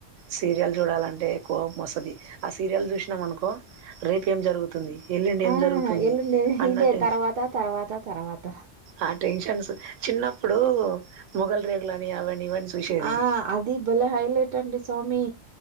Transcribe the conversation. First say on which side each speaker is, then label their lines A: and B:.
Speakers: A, on the right; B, on the right.
A: సీరియల్ చూడాలంటే ఎక్కువ కోప్మ్ మొసది ఆ సీరియల్ చూసినాం అనుకో రేపు ఏం జరుగుతుంది వెల్లిండి ఏం
B: ఆ
A: జరుగుతుంది
B: ఎల్లుండి
A: అన్నట్
B: ఇదే తర్వాత తర్వాత తర్వాత
A: ఆ టెన్షన్స్ చిన్నప్పుడు మొఘలు రేకులని అవని ఇవని చూసేది
B: ఆ అది బలే హైలైట్ అండి సోమి